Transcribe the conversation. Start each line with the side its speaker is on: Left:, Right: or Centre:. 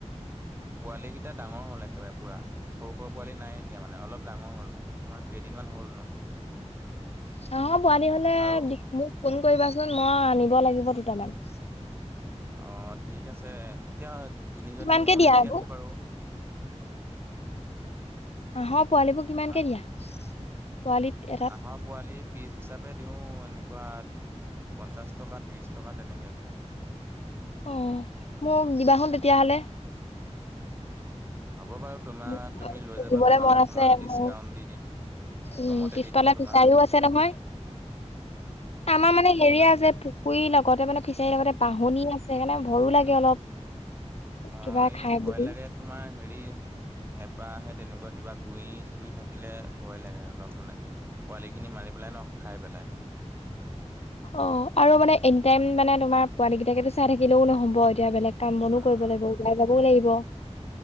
Right: পোৱালি কেইটা ডাঙৰ হ'ল একেবাৰে পুৰা সৰু সৰু পোৱালি নাই এতিয়া মান অলপ ডাঙৰ হল তোমাৰ কেইদিনমান হ বল ন।
Left: হাঁহ পোৱালি হলে
Right: আৰু
Left: মোক ফোন কৰিবাচোন মই আনিব লাগিব দুটামান।
Right: অ ঠিক আছে এতিয়া তিনিজনী
Left: কিমানকে
Right: উমনি
Left: দিয়া
Right: দি
Left: আকৌ
Right: আছে বাৰু।
Left: হাঁহ পোৱালীবোৰ কিমানকে
Right: হা
Left: দিয়া, পোৱালী এটাত?
Right: হাঁহৰ পোৱালি পিচ হিচাপে দিওঁ এনেকুৱা পঞ্চাছ টকাত, ত্ৰিশ টকাত, তেনেকে।
Left: অ মোক দিবা হেন তেতিয়াহলে
Right: হ'ব বাৰু তোমাৰ
Left: মোক
Right: তুমি লৈ
Left: পুহিবলে
Right: যাবা তোমাক
Left: মন
Right: অকমান
Left: আছে
Right: ডিচকাউন্ট
Left: মোৰ
Right: দি দিম।
Left: উম
Right: কমতে
Left: পিছফালে
Right: দি দিম তোমাক
Left: ফিচাৰীও আছে নহয়? আমাৰ মানে হেৰি
Right: অ'
Left: আছে পুখুৰীৰ লগতে মানে ফিচাৰীৰ লগতে বাহনি আছে সেইকাৰণে। ভয়ো লাগে অলপ।
Right: অ
Left: কিবা
Right: এই
Left: খাই
Right: ভয়
Left: বুলি
Right: লাগে তোমাৰ হেৰি হেঁপাহে তেনেকুৱা কিবা গুৰি চুই থাকিলে ভয় লাগে অলপ মানে পোৱালিখিনি মাৰি পেলাই ন? খাই পেলাই।
Left: অ আৰু মানে এনি টাইম মানে তোমাৰ পোৱানী কেইটাকেতো চাই থাকিলেও নহব এতিয়া বেলেগ কাম বনো
Right: উম
Left: কৰিব লাগিব ওলাই যাবও লাগিব।